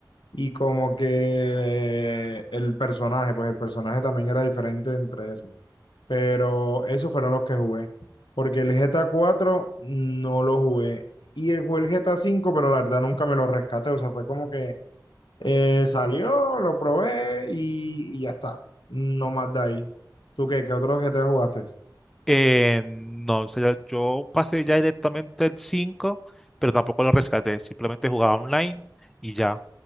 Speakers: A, on the left; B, in the centre.
A: y como que eh, el personaje, pues el personaje también era diferente entre esos. Pero esos fueron los que jugué, porque el GTA cuatro no lo jugué. Y el, jugué el GTA cinco pero la verdad nunca me lo rescaté, o sea, fue como que eh, salió, lo probé y, y ya está. No más de ahí. ¿Tú qué? ¿Qué otros GTA jugaste?
B: Eh, no, o sea, yo pasé ya directamente el 5 pero tampoco lo rescaté, simplemente jugaba online y ya.